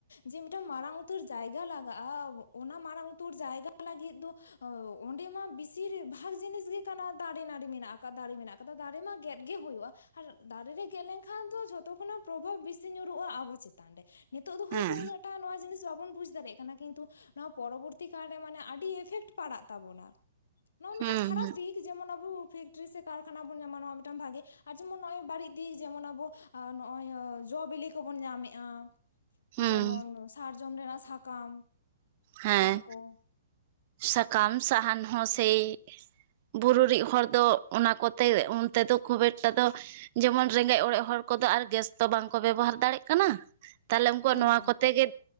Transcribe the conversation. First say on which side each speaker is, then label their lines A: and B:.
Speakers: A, on the left (about 60°); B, on the right (about 40°).
A: ᱡᱮ ᱢᱤᱫᱴᱟᱝ ᱢᱟᱨᱟᱝ ᱩᱛᱟᱹᱨ ᱡᱟᱭᱜᱟ ᱞᱟᱜᱟᱜᱼᱟ ᱚᱱᱟ ᱢᱟᱨᱟᱝ ᱩᱛᱟᱹᱨ ᱡᱟᱭᱜᱟ ᱞᱟᱹᱜᱤᱫ ᱫᱚ ᱚᱸᱰᱮ ᱢᱟ ᱵᱮᱥᱤᱨ ᱵᱷᱟᱜᱽ ᱡᱤᱱᱤᱥ ᱜᱮ ᱠᱟᱱᱟ ᱫᱟᱨᱮ ᱱᱟᱹᱲᱤ ᱢᱮᱱᱟᱜ ᱟᱠᱟᱫ, ᱫᱟᱨᱮ ᱢᱮᱱᱟᱜ ᱟᱠᱟᱫ᱾ ᱟᱫᱚ ᱫᱟᱨᱮ ᱢᱟ ᱜᱮᱫ ᱜᱮ ᱦᱩᱭᱩᱜᱼᱟ᱾ ᱟᱨ ᱫᱟᱨᱮ ᱨᱮ ᱜᱮᱫ ᱞᱮᱱᱠᱷᱟᱱ ᱫᱚ ᱡᱷᱚᱛᱚ ᱠᱷᱚᱱᱟᱜ ᱯᱨᱚᱵᱷᱟᱵᱽ ᱵᱮᱥᱤ ᱧᱩᱨᱩᱜᱼᱟ ᱟᱵᱚ ᱪᱮᱛᱟᱱ ᱨᱮ᱾ ᱱᱤᱛᱚᱜ ᱫᱚ ᱦᱳᱭᱛᱳ
B: ᱦᱮᱸ
A: ᱩᱱᱟᱹᱜ ᱴᱟ ᱱᱚᱣᱟ ᱡᱤᱱᱤᱥ ᱵᱟᱵᱚᱱ ᱵᱩᱡ ᱫᱟᱲᱮᱭᱟᱜ ᱠᱟᱱᱟ, ᱠᱤᱱᱛᱩ ᱱᱚᱣᱟ ᱯᱚᱨᱚᱵᱚᱨᱛᱤ ᱠᱟᱞ ᱨᱮ ᱢᱟᱱᱮ ᱟᱹᱰᱤ ᱤᱯᱷᱮᱠᱴ ᱯᱟᱲᱟᱜ ᱛᱟᱵᱚᱱᱟ, ᱱᱚᱣᱟ ᱢᱤᱫᱴᱟᱝ
B: ᱦᱩᱸ
A: ᱠᱷᱟᱨᱟᱯ
B: ᱦᱩᱸ
A: ᱫᱤᱠ᱾ ᱡᱮᱢᱚᱱ ᱟᱵᱚ ᱯᱷᱮᱠᱴᱨᱤ ᱥᱮ ᱠᱟᱨᱠᱷᱟᱱᱟ ᱵᱚᱱ ᱧᱟᱢᱟ ᱱᱚᱣᱟ ᱢᱤᱫᱴᱟᱱ ᱵᱷᱟᱜᱮ, ᱟᱨ ᱡᱮᱢᱚᱱ ᱱᱚᱜᱼᱚᱭ ᱵᱟᱹᱲᱤᱡ ᱫᱤᱠ ᱡᱮᱢᱚᱱ ᱟᱵᱚ ᱟᱨ ᱱᱚᱜᱼᱚᱭ ᱡᱚ ᱵᱤᱞᱤ ᱠᱚ ᱵᱚᱱ ᱧᱟᱢ ᱮᱼᱟ᱾
B: ᱦᱩᱸ
A: ᱡᱚᱢᱚᱱ ᱥᱟᱨᱡᱚᱢ ᱨᱮᱱᱟᱜ ᱥᱟᱠᱟᱢ᱾
B: ᱦᱮᱸ,
A: ᱱᱚᱣᱟ ᱠᱚ
B: ᱥᱟᱠᱟᱢ ᱥᱟᱦᱟᱱ ᱦᱚ ᱥᱮᱭ ᱵᱩᱨᱩ ᱨᱤᱡ ᱦᱚᱲ ᱫᱚ ᱚᱱᱟ ᱠᱚ ᱛᱮ, ᱚᱱᱛᱮ ᱫᱚ ᱠᱷᱩᱵ ᱮᱠᱴᱟ ᱫᱚ ᱡᱮᱢᱚᱱ ᱨᱮᱸᱜᱮᱡ ᱚᱲᱮᱡ ᱦᱚᱲ ᱠᱚ ᱫᱚ ᱟᱨ ᱜᱮᱥ ᱛᱚ ᱵᱟᱝᱠᱚ ᱵᱮᱵᱚᱦᱟᱨ ᱫᱟᱲᱮᱼᱟᱜ ᱠᱟᱱᱟ᱾ ᱛᱟᱦᱞᱮ ᱩᱱᱠᱩᱣᱟᱜ
A: ᱦᱮᱸ
B: ᱱᱚᱣᱟ ᱠᱚ ᱛᱮ ᱜᱮ